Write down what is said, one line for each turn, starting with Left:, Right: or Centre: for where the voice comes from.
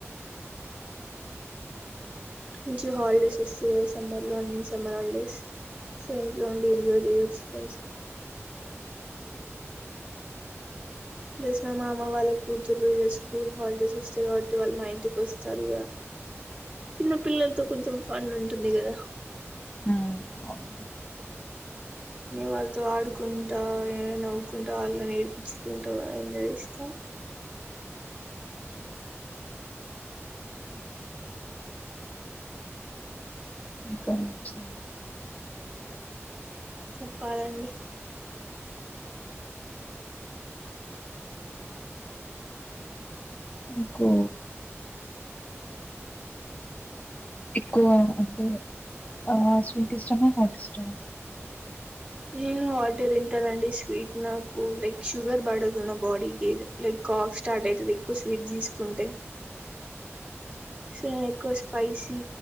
Right: మంచి హాలిడేస్ వస్తు కదా సమ్మర్లో అన్ని సమ్మర్ హాలిడేస్ సో ఇంట్లో నుండి ఎంజాయ్ చేయచ్చు కొంచెం.
Left: హ
Right: ప్లేస్ మ మామ వాళ్ళలకు పలు స్కూల్ హాలిడేస్ వస్తాయి కాబట్టి వాళ్ళు మా ఇంటికి వస్తారు ఇక చిన్న పిల్లలతో కొంచెం ఫన్ ఉంటుంది కదా
Left: ఉ అవున
Right: వాళ్ళతో ఆడుకుంటా, నవ్వుకుంటా వాళ్లను ఏడిపించుకుంటా ఎంజాయ్ చేస్తాం.
Left: అ కానీ స <unintelligible> అ
Right: చెప్పాలండి.
Left: మీకు ఎక్కువ అంటే ఆ స్వీట్ ఇష్టమా హాట్ ఇష్టమా.
Right: నేను హాట్ తింటానండి. స్వీట్ నాకు లైక్ షుగర్ పడదు. నా బాడీకి లైక్ కాఫ్ స్టార్ట్ అవుతది ఎక్కువ స్వీట్ తీసుకుంటే సో నేను ఎక్కువ స్పైసీ